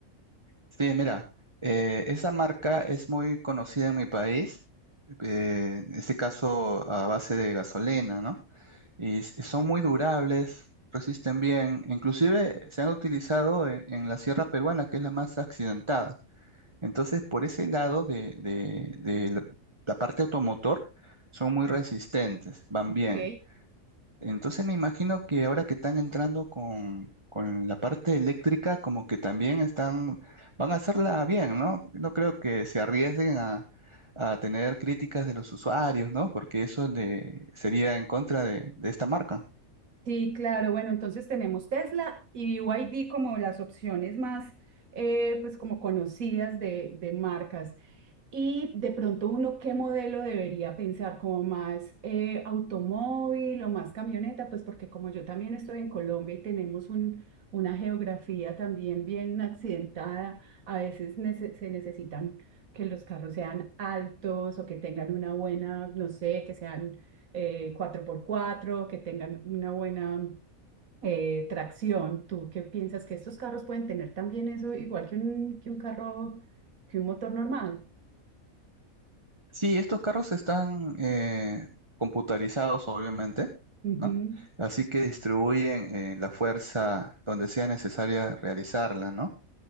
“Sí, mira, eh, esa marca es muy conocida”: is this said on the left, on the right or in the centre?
Right